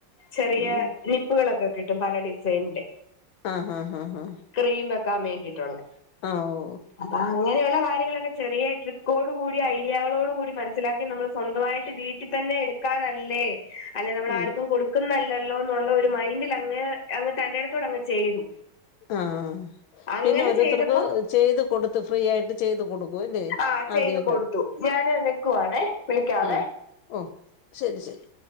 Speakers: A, on the left; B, on the left.
A: ചെറിയ
B: ഉം
A: നിപ്പുകളൊക്കെ കിട്ടും പല ഡിസൈനിന്റെ
B: ആഹ് ആഹ് ആഹ് ആഹ്
A: ക്രീം വെക്കാൻ വേണ്ടിയിട്ടുള്ളേ
B: ആഹ് ഓ
A: അപ്പൊ അങ്ങനെയുള്ള കാര്യങ്ങളൊക്കെ ചെറിയ ട്രിക്കോട് കൂടി ഐഡിയകളോട് കൂടി മനസ്സിലാക്കി നമ്മൾ സ്വന്തമായിട്ട് ചെ ഇതി തന്നെ എടുക്കാനല്ലേ അല്ലെ നമ്മളാർക്കും
B: ഉം
A: കൊടുക്കുന്നില്ലല്ലോന്നുള്ള ഒരു മൈൻഡിലങ്ങ് അങ്ങ് തന്റേടത്തോടങ്ങ് ചെയ്തു
B: ആഹ്
A: അങ്ങനെ
B: പിന്നെ ഓരോരുത്തർക്ക്
A: ചെയ്തപ്പം
B: ചെയ്ത് കൊടുത്ത് ഫ്രീ ആയിട്ട് ചെയ്ത് കൊടുക്കും അല്ലെ
A: ആ ചെയ്ത്
B: ആദ്യം
A: കൊടുത്തു ഞാന് വെക്കുവാണേ വിളിക്കാവേ
B: ഉം ഓ ശെരി ശെരി